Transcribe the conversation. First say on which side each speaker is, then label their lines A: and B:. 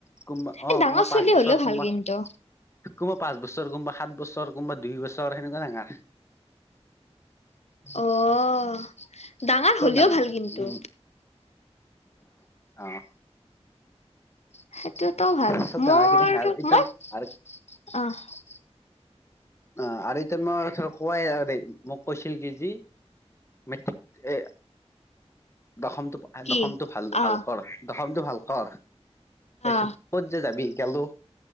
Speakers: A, on the left; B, on the left.
A: কোনোবা অ
B: এই ডাঙৰ
A: কোনোবা পাঁচ
B: চলী
A: বছৰ
B: হ'লেও
A: কোনোবা
B: ভাল কিন্তু।
A: কোনোবা পাঁচ বছৰ, কোনোবা সাত বছৰ, কোনোবা দুই বছৰ সেনেকুৱা ডাঙাৰ।
B: অ', ডাঙৰ
A: চব
B: হ'লেও ভাল কিন্তু।
A: উম অ'।
B: সেইটোৱেইটো ভাল,
A: চব ডাঙৰ খিনি
B: মোৰ,
A: হে এতিয়া
B: মই,
A: আৰু
B: অ'।
A: অ', আৰু এতিয়া মই ধৰ কোৱাই দেই, মোক কৈছিল কি যি মেট্ৰিক এ, দশমটো
B: কি
A: দশমটো ভাল,
B: অ
A: ভাল কৰ, দশমটো ভাল কৰ। তাৰপিছত
B: অ
A: ক'ত যে যাবি গেলো,